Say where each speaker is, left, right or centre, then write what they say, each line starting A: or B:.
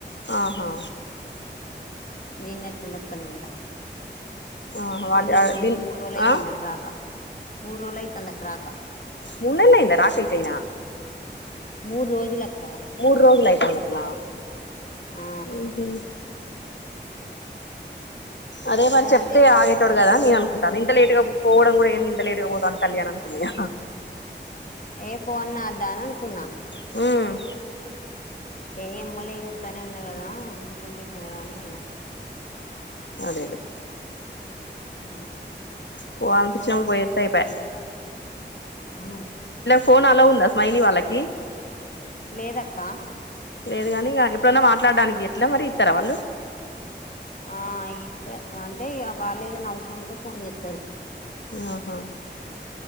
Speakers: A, on the left (about 70°); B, on the left (about 45°).
A: ఆహా
B: నిన్నట్నుండి ఓత్తలెడట
A: ఆహా వాటి
B: మొన్నటి నుండి
A: దీన్
B: మూడు రోజులైతందట
A: ఆ
B: రాక మూడు రిలైతందట రాక
A: మున్నీళ్ళైంద రాక ఐతే ఇనా
B: మూడు రోజులక్
A: మూడు రోజులైతందటన
B: ఆ
A: మ్ హు అదే మరి
B: ఇగ
A: చెప్తే
B: వేరేటైన
A: ఆగేటోడు
B: కొంచెం
A: కదా నేను
B: లేటుగా
A: అనుకుంటాన ఇంత లేటుగా పోవడం కుడా ఏంది ఇంత లేటుగ పో న్ కల్యాన్ అనుకున్న ఇగ
B: ఏ పొవల్న్న వద్దఅననుకున్న
A: హ్మ్
B: ఏ ఎమ్మోలే ఉత్తగానే ఉన్న కదా దీపం పెట్టినా కదా అని పోయినా
A: అదేలే
B: మ్
A: పోవాలనిపించినప్పుడు పోయోతే అయిపై
B: హ
A: ఫోన్ అలో ఉందా స్మైలీ వాళ్ళకి
B: లేదక్క
A: లేదు గానీ ఇగ ఎప్పుడన్నా మాట్లాడానికి ఎట్లా మరి ఇత్తర వాళ్ళు
B: అ ఇస్త అంటే ఇగ వాళ్ళు ఏదైనా అవసరం అంటే ఫోన్ చెత్తారు
A: అ హా